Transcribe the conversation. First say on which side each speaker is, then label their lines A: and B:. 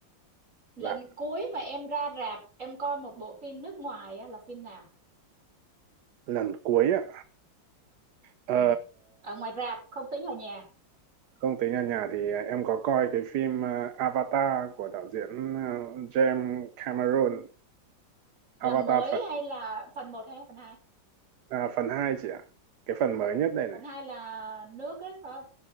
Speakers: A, on the right (about 40°); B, on the right (about 65°).
A: lần
B: dạ
A: cuối mà em ra rạp em coi một bộ phim nước ngoài á, là phim nào
B: lần cuối á ờ,
A: ừ. ở ngoài rạp không tính ở nhà
B: không tính ở nhà thì em có coi cái phim ờ, Avatar của đạo diễn ờ, James Cameron
A: là
B: Avatar
A: mới
B: phần
A: hay là phần một hay phần hai
B: à, phần hai chị ạ cái phần mới nhất đây này
A: phần 2 là nước ấy phải không